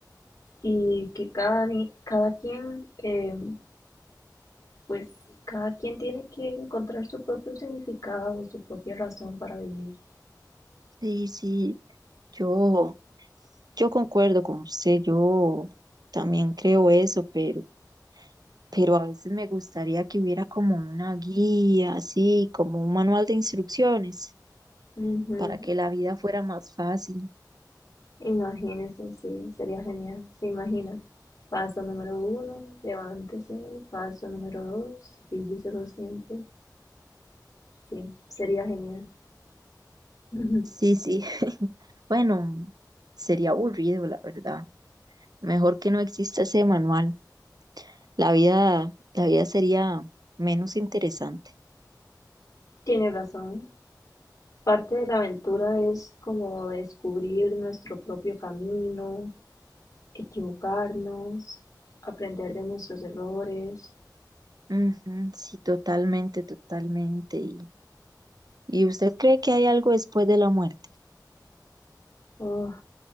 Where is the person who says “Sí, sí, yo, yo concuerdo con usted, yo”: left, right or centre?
Right